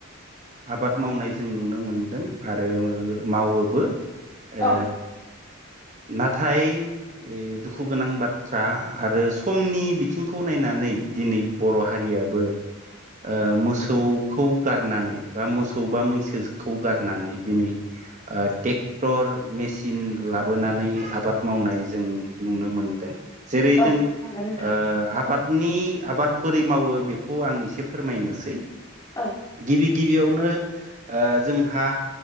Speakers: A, on the right (about 35°); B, on the left (about 20°).
A: आबाद मावनाय जों नुनो मोनदों आरो मावोबो
B: औ
A: ओ नाथाय दुखु गोनां बाथ्रा बाथ्रा आरो समनि बिथिंखौ नायनानै दिनै बर' हारियाबो
B: <inaudible>
A: ओ मोसौखौ गारनानै बा मोसौ बा मैसोखौ गारनानै दिनै ओ ट्रेक्टर मेसिन लाबोनानै आबाद मावनाय जों नुनो मोनदों जेरै
B: औ
A: जों
B: नंगौ नोंथां
A: ओ आबादनि आबाद बोरै मावो बेखौ आं एसे फोरमायनोसै
B: औ
A: गिबि गिबियावनो ओ जोंहा